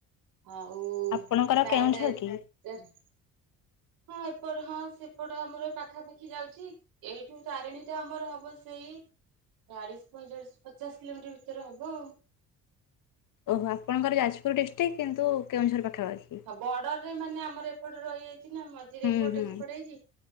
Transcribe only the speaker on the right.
ଆଉ
ତାର
ତ ତାର
ହଁ ଏପଟ, ହଁ ସେପଟ, ଆମର ପାଖାପାଖି ଯାଉଛି, ଏଇଠୁ ତାରିଣୀ ଟା ଆମର ହବ ସେଇ ଚାଳିଶ ପଇଁଚାଳିଶ ପଚାଶ କିଲୋମିଟର ଭିତରେ ହବ ଆଉ।
ହଁ ବର୍ଡରରେ ମାନେ ଆମର ଏପଟେ ରହିଯାଇଛି ନା ମଝିରେ
ଏପଟ
ସେପଟ ହେଇଛି